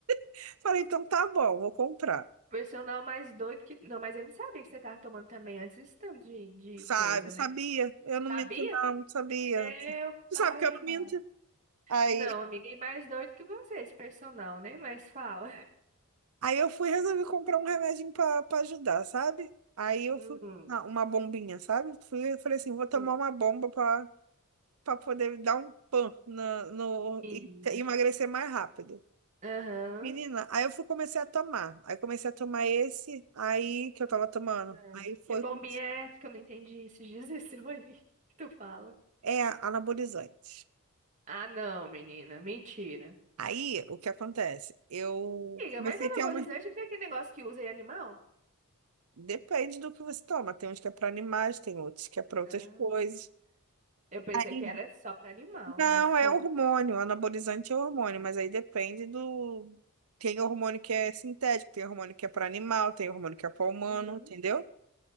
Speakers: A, on the right (about 75°); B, on the right (about 35°).
A: <laughs> Falei, então tá bom, vou comprar.
B: Por mais doido que. Não, mas eu não sabia que você tava tomando também antes esse tanto de, de
A: Sabe,
B: coisa, né?
A: sabia? Eu não
B: Sabia?
A: minto não, sabia.
B: Meu
A: Tu
B: pai
A: sabe que eu
B: amado.
A: não minto? Aí,
B: Não, amiga, e mais doido que você, esse personal, né? Mas fala.
A: aí eu fui resolver comprar um remedinho pra, pra ajudar, sabe? Aí eu
B: Hum,
A: fui, uma, uma bombinha, sabe? Fui, eu falei assim, vou tomar
B: hum,
A: uma bomba pra, pra poder dar um pan na, no,
B: menina.
A: e emagrecer mais rápido.
B: Aham.
A: Menina, aí eu fui, comecei a tomar. Aí comecei a tomar esse aí que eu tava tomando.
B: Ah,
A: Aí
B: Que
A: foi.
B: bombinha
A: comecei-
B: é essa que eu não entendi esses dias <laughs> esse aí que tu fala?
A: É anabolizante.
B: Ah, não, menina. Mentira.
A: Aí, o que acontece? Eu
B: Amiga,
A: comecei
B: mas anabolizante
A: a ter uma.
B: não é aquele negócio que usa em animal?
A: Depende do que você toma. Tem uns que é para animais, tem outros que é para outras
B: Ah,
A: coisas.
B: eu pensei
A: Aí-
B: que era só pra animal,
A: Não,
B: mas como?
A: é hormônio. Anabolizante é hormônio, mas aí depende do. Tem hormônio que é sintético, tem hormônio que é para animal, tem hormônio que é para humano,
B: Uhum,
A: entendeu?